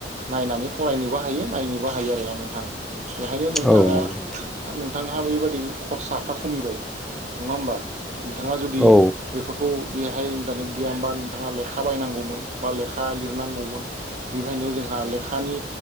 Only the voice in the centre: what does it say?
औ नंगौ
औ